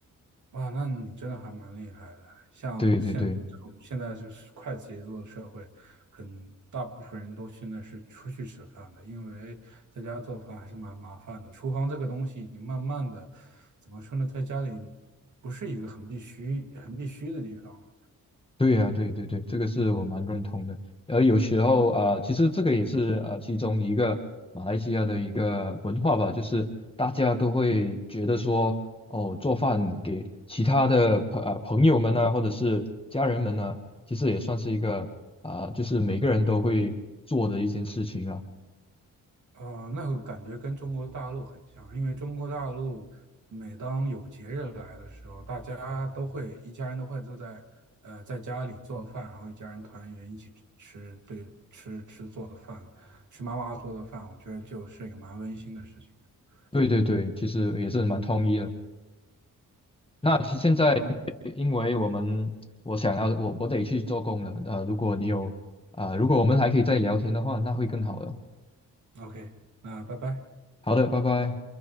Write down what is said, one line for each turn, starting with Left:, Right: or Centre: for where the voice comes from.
Right: 哇，那你真的还蛮厉害的。像现在这种现在就是快节奏的社会，
Left: 对对对。
Right: 很大部分人都现在是出去吃饭的，因为在家做饭还是蛮麻烦的。厨房这个东西已经慢慢的，怎么说呢，在家里不是一个很必须、很必须的地方了。
Left: 对呀、对对对，这个是我蛮认同的。而有时候啊、呃其实这个也是呃其中一个马来西亚的一个文化吧，就是大家都会觉得说，哦，做饭给其他的朋呃朋友们啊，或者是家人们啊，其实也算是一个啊、就是每个人都会做的一件事情了。
Right: 啊、那个感觉跟中国大陆很像，因为中国大陆每当有节日来的时候，大家都会一家人都会坐在呃在家里做饭，然后一家人团圆一起吃对吃吃做的饭，吃妈妈做的饭，我觉得就是一个蛮温馨的事情的。
Left: 对对对，其实也是蛮同意的。那其实现在
Right: 嗯
Left: 因为我们我想要我我得去做工了，呃，如果你有啊、呃如果我们还可以再聊天的话，那会更好的。
Right: ，OK，那拜拜。
Left: 好的，拜拜。